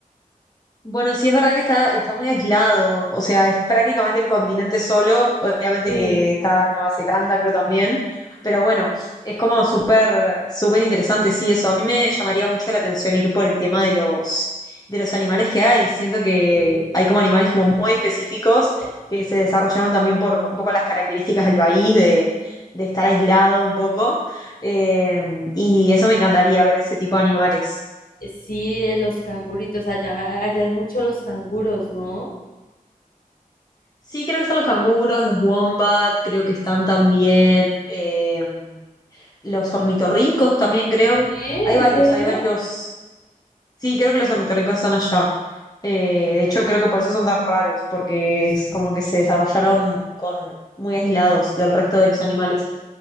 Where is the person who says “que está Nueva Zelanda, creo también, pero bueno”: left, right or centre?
Left